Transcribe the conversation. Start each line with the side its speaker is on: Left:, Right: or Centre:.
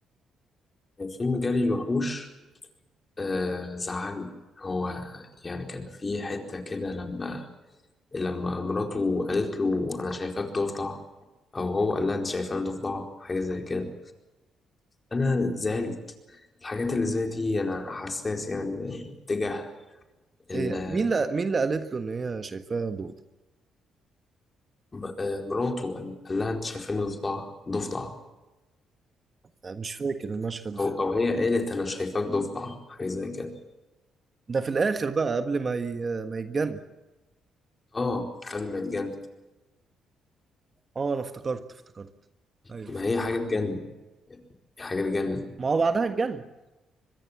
Left: فيلم جري الوحوش آه زعلني هو يعني كان في حتة كده لما لما مراته قالت له انا شايفاك ضفدع او هو قال لها انت شايفاني ضفدع حاجه زي كده انا زعلت الحاجات اللي زي دي انا حساس يعني تجاه ال-
Right: هي مين اللي مين اللي قالت له ان هي شايفاه ضوضاء
Left: م- آه، مراته قال قال لها انت شايفاني ضفدع ضفدع
Right: أنا مش فاكر المشهد ده
Left: او او هي قالت انا شايفاك ضفدع حاجه زي كده
Right: ده في الاخر بقى قبل ما ي... ما يتجنن
Left: اه قبل ما يتجنن
Right: اه انا افتكرت افتكرت ايوه
Left: ما هي حاجه تجنن هي حاجه تجنن
Right: ما هو بعدها اتجنن